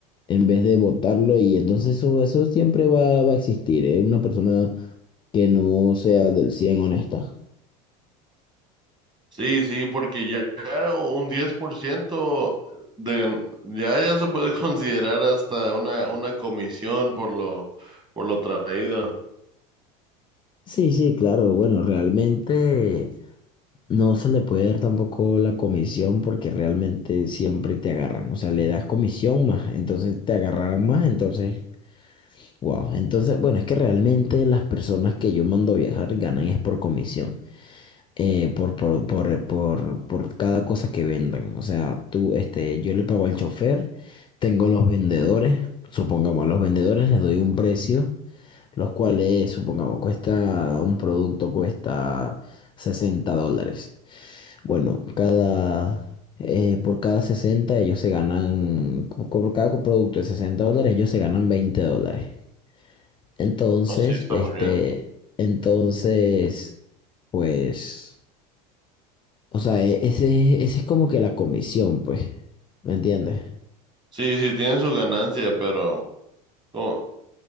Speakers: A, on the left; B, on the right.
A: en vez de botarlo y entonces eso, eso siempre va, va a existir, ¿eh? Una persona que no sea del 100 honesta.
B: Sí, sí, porque ya un 10% de, gan- ya, ya se puede <laughs> considerar hasta una, una comisión por lo, por lo traído.
A: Sí, sí, claro. Bueno, realmente no se le puede dar tampoco la comisión porque realmente siempre te agarran. O sea, le das comisión más, entonces te agarrarán más, entonces... Wow, entonces, bueno, es que realmente las personas que yo mando a viajar ganan es por comisión, eh, por, por, por, por, por cada cosa que vendan. O sea, tú, este, yo le pago al chofer, tengo los vendedores, supongamos, a los vendedores les doy un precio, los cuales, supongamos, cuesta, un producto cuesta 60 dólares. Bueno, cada, eh, por cada 60 ellos se ganan, por cada producto de 60 dólares ellos se ganan 20 dólares. Entonces,
B: No, sí, está
A: este,
B: muy bien.
A: entonces, pues, o sea, e- ese, ese es como que la comisión, pues, ¿me entiendes?
B: Sí, sí, tienen su ganancia, pero como-